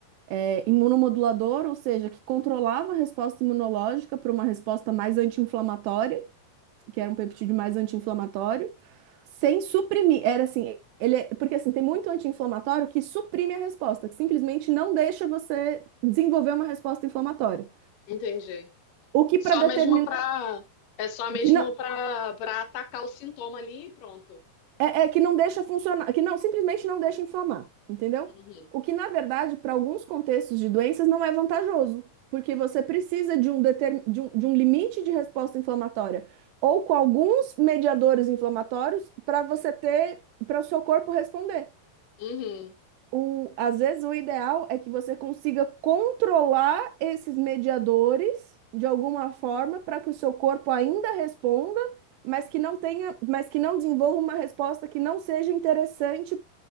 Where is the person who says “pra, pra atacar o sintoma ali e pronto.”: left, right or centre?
Left